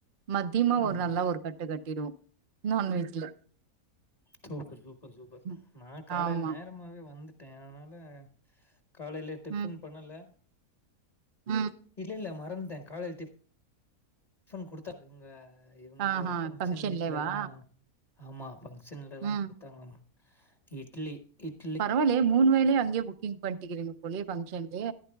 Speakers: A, on the right; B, on the left.
A: மத்தியமா ஒரு
B: ம்
A: நல்லா ஒரு கட்டு கட்டிடுவோ நான்வெஜ்ல
B: சூப்பர் சூப்பர் சூப்பர்
A: ம்,
B: நா காலைல்
A: ஆமா
B: நேரமாவே வந்துட்டே அதனால காலையிலெ டிஃபன்
A: ம்
B: பண்ணல
A: ம்
B: இல்ல இல்ல மறந்ட்டே காலைல் டிஃப ஃபன் குடுத்தா இவுங்க இவுங்க
A: ஆஹா
B: பங்க்ஷன்
A: ஃபங்க்ஷன்லேவா
B: வீட்லதா ஆமா ஃபங்க்ஷன்லதா
A: ம்
B: குடுத்தாங்க இட்லி இட்
A: பரவால்லயே மூனு வேலையு அங்கே புக்கிங் பண்ட்டுகிறீங்க போலே ஃபங்ஷன்லே